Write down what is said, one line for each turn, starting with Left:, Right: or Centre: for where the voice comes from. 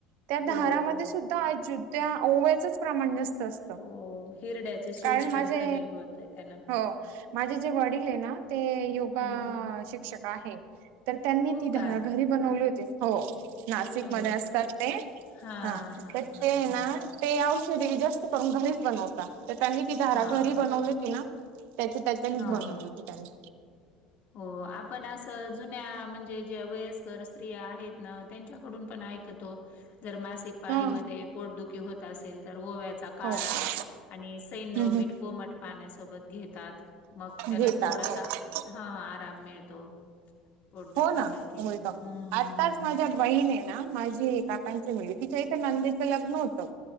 Right: त्या
Left: हो,
Right: धारामध्ये
Left: हो,
Right: सुद्धा त्या ओव्याच प्रमाण अस्त.
Left: हो. हिरड्याची सूज
Right: कारण
Left: पण
Right: माझे‌.
Left: कमी होते त्यानं.
Right: हो. माझे जे वडील ना हे योगा
Left: हं, हं.
Right: शिक्षक आहे. तर त्यांनी
Left: हो
Right: ती
Left: का?
Right: धारा घरी बनवली होती. हो. नाशिकमध्ये
Left: होय.
Right: असतात ते.
Left: हां,
Right: हा.
Left: हां,
Right: तर
Left: हां,
Right: ते
Left: हां.
Right: ना ते औषधी जास्त करून घरीच बनवता तर त्यांनी त धारा
Left: हां,
Right: घरी बनवली होती ना. त्या त्याच्यानीच
Left: हां.
Right: बनवली होती त्यांनी.
Left: हो आपण असं जुन्या म्हणजे जे वयस्कर स्त्रिया आहेत ना त्यांच्याकडून पण ऐकतो. जर मासिक पाळीमध्ये
Right: हा
Left: पोटदुखी होत असेल तर ओव्याचा काडा
Right: हो हम्म
Left: आणि सैंदव
Right: हम्म
Left: मीठ कोमट पाण्यासोबत घेतात. मग त्यांना
Right: घेतात
Left: थोडासा.
Right: हो
Left: हा. आराम मिळतो. पोट दुखी
Right: हो ना
Left: साठी.
Right: मिळतं
Left: हम्.
Right: आत्ताच माझ्या बहीण आहे ना माझी काकांची मुलगी तिच्या इथ नंदीचं लग्न होतं.